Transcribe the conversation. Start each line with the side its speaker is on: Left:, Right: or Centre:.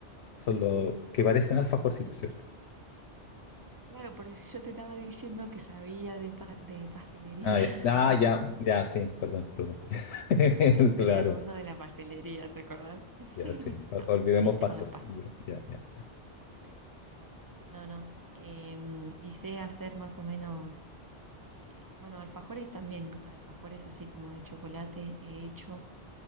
Left: Son los que parecen alfajorcitos, ¿cierto?
Right: Claro, por eso yo te estaba diciendo que sabía de, pa- de pastelería.
Left: Ah, ya,
Right: <laughs>
Left: ah, ya, ya, sí, perdón, perdón. <laughs>
Right: Entré
Left: Claro,
Right: al mundo de la pastelería, ¿te acordás? <laughs>
Left: ya, sí. Ol-
Right: No,
Left: Olvidemos
Right: te perdiste
Left: pastas.
Right: con las pastas.
Left: Ya, ya.
Right: Sí. No, no. Em, y sé hacer más o menos, eh, bueno, alfajores también, alfajores así como de chocolate he hecho,